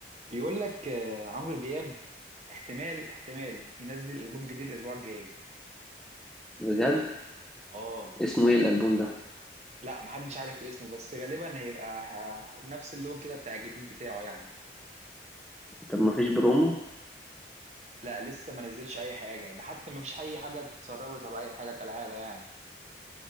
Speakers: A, on the right (about 40°); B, in the centre.
A: بيقول لك آه، عمرو دياب احتمال احتمال ينزل البوم جديد الاسبوع الجاي
B: بجد
A: اه
B: اسمه ايه الالبوم ده
A: لا محدش عارف اسمه بس غالبا هيبقى ه- نفس اللون كده بتاع الجديد بتاعه يعني
B: طب ما فيش برومو
A: لا لسه ما نزلش اي حاجه ده حتى ما فيش اي حاجه اتسربت ولا اي حاجه كالعاده يعني